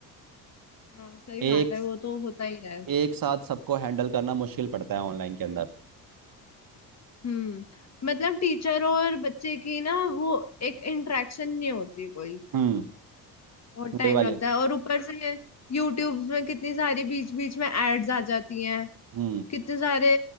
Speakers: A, on the left; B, on the right.
A: हाँ सही
B: एक
A: बात है वो तो होता ही है
B: एक साथ सबको हैंडल करना मुश्किल पड़ता है ऑनलाइन के अंदर
A: हम्म मतलब टीचर और बच्चे की ना वो एक इंटरेक्शन नहीं होती कोई
B: हम्म
A: बहुत
B: वही
A: टाइम
B: वाले
A: लगता है और ऊपर से यूट्यूब में कितनी सारी बीच बीच में एड्स आ जाती हैं
B: हम्म
A: कितने सारे